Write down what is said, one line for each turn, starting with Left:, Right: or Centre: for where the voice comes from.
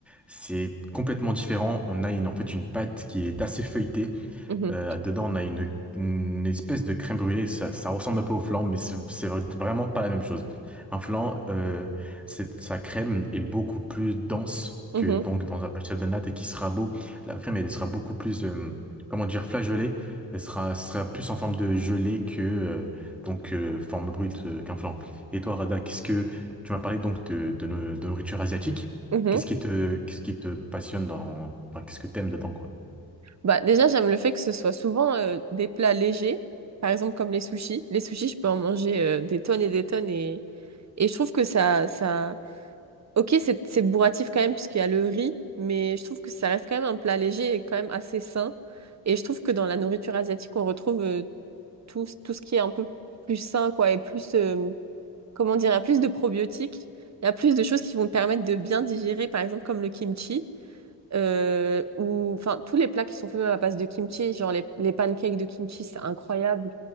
Centre: C'est complètement différent. On a une, en fait une pâte qui est assez feuilletée
Right: Mhm,
Centre: euh, dedans, on a une, une espèce de crème brûlée. Ça, ça ressemble un peu au flan, mais c'est c'est vraiment pas la même chose. Un flan, euh, c'est- sa crème est beaucoup plus dense
Right: mhm,
Centre: que donc dans un pâtissier de natte et qui sera beau. La crème, elle sera beaucoup plus, euh, comment dire, flageolée. Elle sera, sera plus en forme de gelée que euh, donc euh, forme brute euh, qu'un flan. Et toi, Rada, qu'est-ce que tu m'as parlé donc de, de, no- de nourriture asiatique?
Right: mhm.
Centre: Qu'est-ce qui te, qu'est-ce qui te passionne dans, enfin, qu'est-ce que t'aimes dedans, quoi?
Right: Bah, déjà, j'aime le fait que ce soit souvent euh, des plats légers, par exemple comme les sushis. Les sushis, je peux en manger euh, des tonnes et des tonnes et, et je trouve que ça, ça... Ok, c'est, c'est bourratif quand même puisqu'il y a le riz, mais je trouve que ça reste quand même un plat léger et quand même assez sain. Et je trouve que dans la nourriture asiatique, on retrouve euh, tout, tout ce qui est un peu plus sain, quoi, et plus, euh, comment dire, il y a plus de probiotiques, il y a plus de choses qui vont te permettre de bien digérer, par exemple comme le kimchi euh, ou enfin tous les plats qui sont faits à base de kimchi, genre les, les pancakes de kimchi, c'est incroyable.